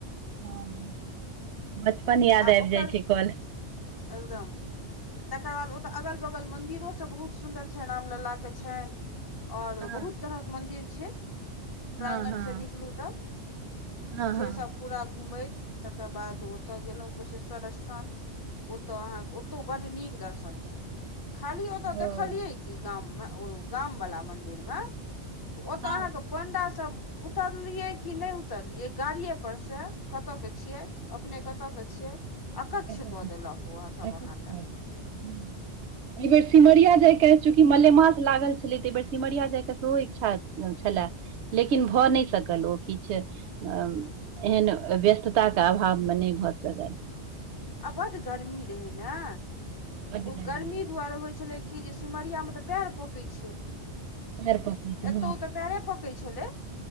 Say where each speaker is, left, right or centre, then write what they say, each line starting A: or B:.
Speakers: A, on the right; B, on the left.
A: हँ बचपन याद
B: आ
A: आबि
B: ओकर
A: जाइ छै कल
B: एकदम तकर बाद ओतऽ अगल बगल मंदिरो सब बहुत सुन्दर छ रामलला के छनि आऔर
A: हँ
B: बहुत तरहक मंन्दिर छै
A: हँ
B: प्रांगण
A: हँ
B: से निकलू तब
A: हँ
B: से
A: हँ
B: सब पूरा घुमैत तकर बाद ओतय गेलहुँ कुशेश्वर स्थान ओतऽ अहाँके ओतौ बड नीक दर्शन भेल खाली ओतऽ देख
A: ओ
B: के कि गाम मे ओ गाम वला मन्दिर मे औत
A: हँ
B: अहाँ के पं्डा सब उतरलियै कि नहि उतरलियै गाड़िए पर से कतऽ के छियै अपने कतय के छियै अकच्छ
A: कतहु
B: कऽ देलक उएहसभ
A: कतहु
B: अहाँके
A: कऽ दै छै। एहि बेर सिमरिया जायके चूँकि मलेमास लागल छलै तऽ एहि बेर सिमरिया जायके सेहो इच्छा छलाय लेकिन भऽ नहि सकल ओ किछ एहन व्यस्तताके अभावमे नहि भऽ सकल
B: आ बड्ड गर्मी रहै न
A: बड
B: ओ गर्मी
A: रहै
B: दुआरे होइ छलै कि जे सिमरियामे तऽ पैर पकई छै
A: पैर पकड़ि कऽ
B: एतौ तऽ पैरे पके छलै